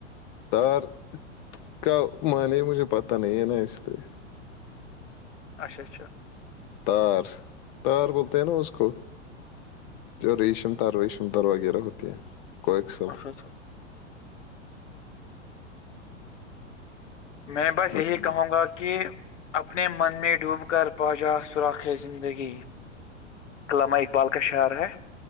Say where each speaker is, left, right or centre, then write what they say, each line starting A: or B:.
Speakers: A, on the left; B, on the left.
A: تار کا منی مجھے پتا نہیں ہے نا اس لیے
B: اچھا اچھا
A: تار تار بولتے ہیں نا اس کو جو ریشمتار ریشمتار وغیرہ ہوتی ہے کویکسل
B: اچھا اچھا میں بس
A: مطلب۔
B: یہی کہوں گا کہ اپنے من میں ڈوب کر پاجا سوراخ زندگی علامہ اقبال کا شاعر ہے